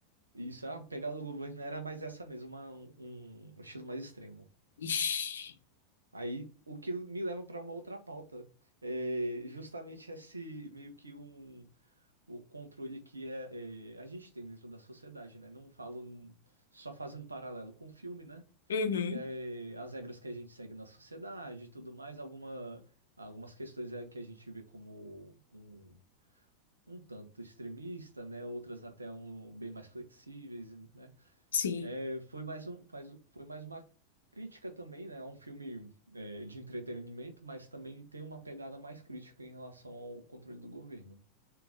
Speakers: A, on the right; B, on the left.
A: Isso, a pegada do governo era mais essa mesmo, uma- um, um estilo mais extremo.
B: Ixi,
A: Aí, o que me leva para uma outra pauta, é justamente esse meio que um o controle que é, é, a gente tem dentro da sociedade, né? Não falo num- só fazendo paralelo com o filme, né?
B: Uhum.
A: que é as regras que a gente segue na sociedade e tudo mais, alguma, algumas questões é que a gente vê como um, um tanto extremista, né? Outras até um, bem mais flexíveis, né?
B: sim.
A: É, foi mais um, faz, foi mais uma crítica também, né? É um filme é, de entretenimento, mas também tem uma pegada mais crítica em relação ao controle do governo.